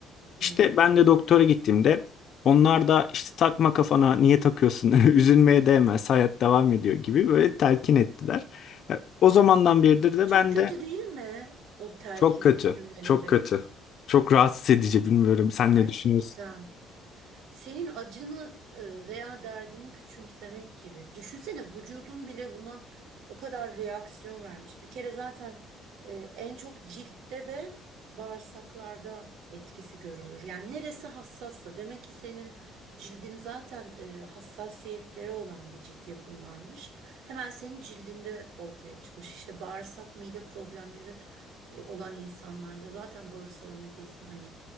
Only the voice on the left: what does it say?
İşte ben de doktora gittiğimde onlar da işte takma kafana niye takıyorsun <laughs> üzülmeye değmez hayat devam ediyor gibi böyle telkin ettiler. Ya, O zamandan beridir de
ben
de
çok kötü
çok kötü çok rahatsız edici bilmiyorum sen
ne düşünüyorsun?